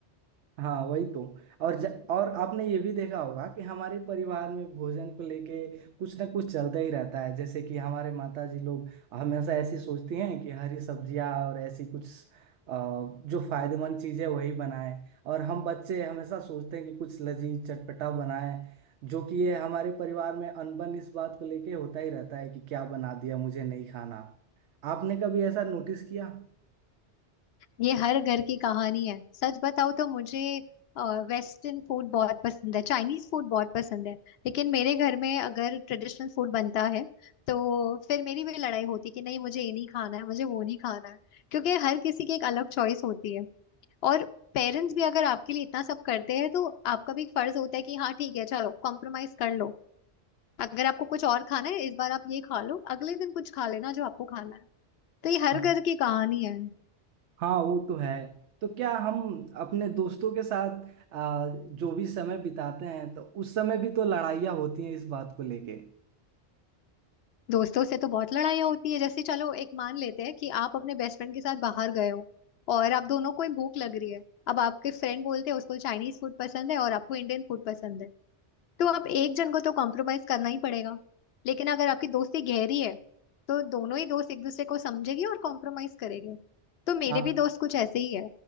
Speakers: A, on the right; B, on the left.
A: हाँ वही तो और ज, और आपने ये भी देखा होगा कि हमारे परिवार में भोजन को लेके कुछ ना कुछ चलता ही रहता है जैसे कि हमारे माता जी लोग हमेशा ऐसी सोचती हैं कि हरी सब्जियाँ और ऐसी कुछ अ, जो फायदेमंद चीज़ें वही बनाएं और हम बच्चे हमेशा सोचते हैं कि कुछ लजीज चटपटा बनाएं जो कि ये हमारे परिवार में अनबन इस बात को लेके होता ही रहता है कि क्या बना दिया मुझे नहीं खाना आपने कभी ऐसा नोटिस किया
B: ये हर घर की कहानी है सच बताओ तो मुझे वेस्टर्न फूड बहुत पसंद है चाइनीज फूड बहुत पसंद है लेकिन मेरे घर में अगर ट्रेडिशनल फूड बनता है तो फिर मेरी भी लड़ाई होती है कि नहीं मुझे ये नहीं खाना है मुझे वो नहीं खाना है क्योंकि हर किसी की एक अलग चॉइस होती है और पेरेंट्स भी अगर आपके लिए इतना सब करते हैं तो आपका भी फर्ज होता है कि हाँ ठीक है चलो कॉम्प्रोमाइज कर लो अगर आपको कुछ और खाना है इस बार आप ये खा लो अगले दिन कुछ खा लेना जो आपको खाना है तो ये हर
A: हाँ
B: घर की कहानी है
A: हाँ वो तो है तो क्या हम अपने दोस्तों के साथ आ, जो भी समय बिताते हैं तो उस समय भी तो लड़ाइयाँ होती हैं इस बात को लेके
B: दोस्तों से तो बहुत लड़ाइयाँ होती है जैसे चलो एक मान लेते हैं कि आप अपने बेस्ट फ्रेंड के साथ बाहर गए हो और आप दोनों को ही भूख लग रही है अब आपके फ्रेंड बोलते हैं उसको चाइनीज फूड पसंद है और आपको इंडियन फूड पसंद है तो आप एक जन को तो कॉम्प्रोमाइज करना ही पड़ेगा लेकिन अगर आपकी दोस्ती गहरी है तो दोनों ही दोस्त एक दूसरे को समझेंगे और कॉम्प्रोमाइज करेंगे तो मेरे
A: हाँ
B: भी दोस्त कुछ ऐसे ही है